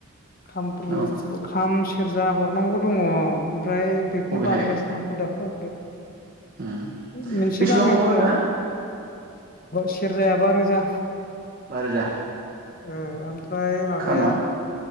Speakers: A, on the left (about 40°); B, on the right (about 40°).
A: खाम
B: नामा
A: सेरजा हरनांगौ दङ। ओमफ्राय बेखौनो
B: बबेहाय
A: बानायगासिनो हाखु दाखु।
B: उम
A: <inaudible> मोनसे
B: बेसेबां
A: गामियाव
B: हरो
A: दङ।
B: दा
A: सेर जायाबा रोजा।
B: बा रोजा
A: ओ ओमफ्राय माबाया।
B: खामा